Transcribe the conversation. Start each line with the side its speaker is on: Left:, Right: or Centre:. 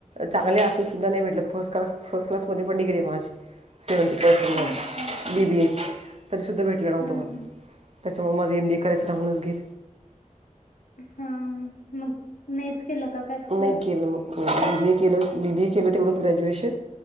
Right: चांगले असून सुद्धा नाही भेटल फस क्लास फर्स्ट क्लासमध्ये पण डिग्री आहे माझी. सेव्हनटी पर्सेंटमध्ये
Left: अच्छा अच्छा
Right: बी बी एच तरी सुुद्धा भेटलं नव्हतं
Left: हा
Right: मला.
Left: हा
Right: त्याच्यामुळे माझं एम बी ए करायचं राहूनच गेल.
Left: हा मग नाहीच केलं का काय पुढं?
Right: नाही बी बीए केलं बी बीए केलं तेवढंच ग्रॅज्युएशन.